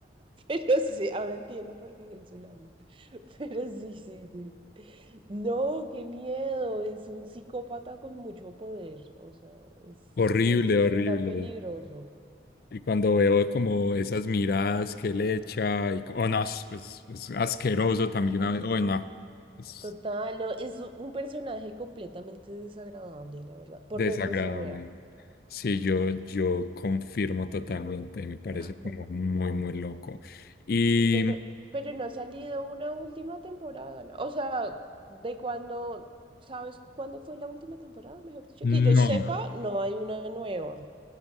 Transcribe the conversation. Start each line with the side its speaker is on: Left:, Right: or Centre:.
Right: Pero sí, ahora entiendo por qué el Zulanda. Pero sí, sí, sí. No, qué miedo. Es un psicópata con mucho poder. O sea, es
Left: Horrible,
Right: que ser
Left: horrible.
Right: tan peligroso.
Left: Y cuando veo como esas miradas que le echa, y, co- oh no, es, es- es asqueroso también. a ve- Oh no, es
Right: Total, no, es u- un personaje completamente desagradable, la verdad, por
Left: desagradable.
Right: donde se vea.
Left: Sí, yo, yo confirmo totalmente, me parece
Right: <laughs>
Left: como muy, muy loco. Y
Right: Pero, pero no ha salido una última temporada, ¿no? O sea, de cuando, ¿sabes cuándo fue la última temporada? Mejor dicho,
Left: no.
Right: que yo sepa, no hay una nueva.